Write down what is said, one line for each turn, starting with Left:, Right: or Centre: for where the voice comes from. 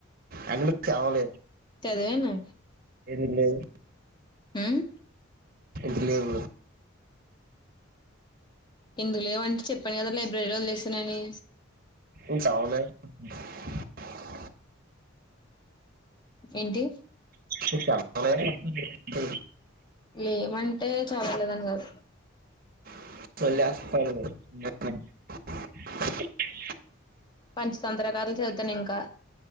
Right: అంటే మీకు చదవలేదు
Left: చదివాను
Right: ఎందుకు లేదు
Left: ఉమ్
Right: ఎందుకు లేవు
Left: ఎందుకు లేవంటే చెప్పన్ కదా ప్రేరలు చేస్తనని
Right: <unintelligible>
Left: ఏంటి
Right: నేను చదవలేదు
Left: ఏమంటే చదవలేదని కాదు
Right: <unintelligible>
Left: పంచతంత్రకారు నుంచి చదుతాను ఇంకా